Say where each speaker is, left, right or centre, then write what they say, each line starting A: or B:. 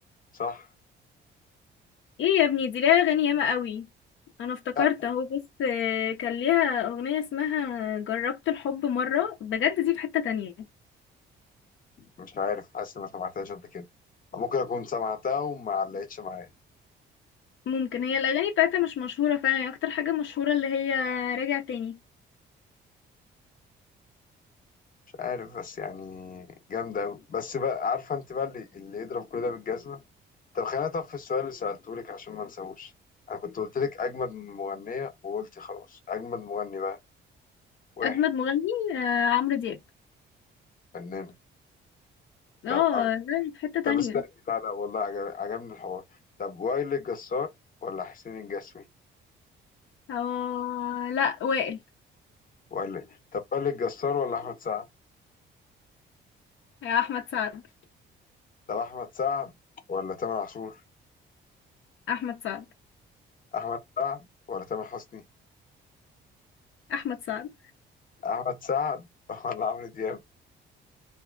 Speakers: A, on the left; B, on the left.
A: صح
B: ايه يا ابني دي ليها أغاني ياما قوي أنا افتكرت
A: لا
B: اهو بس آه كان ليها أغنية اسمها جربت الحب مرة بجد دي في حتة تانية
A: مش عارف حاسس اني ما سمعتهاش قبل كده أو ممكن اكون سمعتها وما علقتش معايا
B: ممكن هي الأغاني بتاعتها مش مشهورة فعلا هي أكتر حاجة مشهورة اللي هي راجع تاني
A: مش عارف بس يعني جامده قوي بس بقى عارفه انت بقى اللي, اللي يضرب كل ده بالجزمه طب خلينا طب في السؤال اللي سالته لك عشان ما انساهوش انا كنت قلت لك اجمد مغنيه وقلت خلاص اجمد مغني بقى واحد
B: أجمد مغني آه عمرو دياب
A: فنانه
B: اه
A: طب
B: لا في حتة
A: طب
B: تانية
A: استني لا لا والله عجب... عجبني الحوار طب وائل الجسار ولا حسين الجسمي
B: اه لا وائل
A: ولا طب وائل الجسار ولا احمد سعد
B: يا احمد سعد
A: طب احمد سعد ولا تامر عاشور
B: احمد سعد
A: احمد سعد ولا تامر حسني
B: احمد سعد
A: احمد سعد <laughs> ولا عمرو دياب